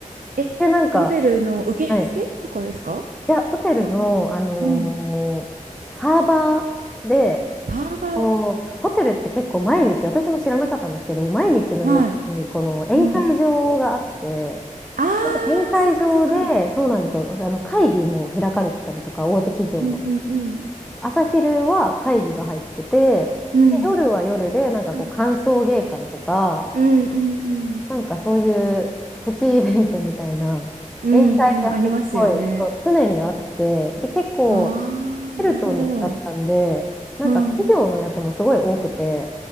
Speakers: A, on the right (about 80°); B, in the centre.
A: え、
B: で、なんか、
A: ホテルの受付とかですか
B: はい。いや、ホテルの、
A: な
B: あのーサーバーで、
A: うん。サーバー。
B: こうホテルって結構毎日、私も知らなかったんですけど、毎日のように、
A: はい。
B: この宴会場があって、
A: うんああ、
B: 宴会場で、
A: そっかそっか。
B: そうなんですよ、あの会議も開かれてたりとか、大手企業の。
A: うんうんうん。
B: 朝昼は会議が入ってて、
A: うん。
B: で夜は夜で、なんかこう、
A: う
B: 歓送迎会とか、
A: んうんうん。
B: なんかそういうプチイベントみたいな宴会がすっごい、
A: うんうん、ありますよね。
B: そう、常にあって、で、結構
A: ああ、
B: ヘルトンだったんで、
A: なるほど。
B: なんか企業のやつもすごい多くて、
A: うん。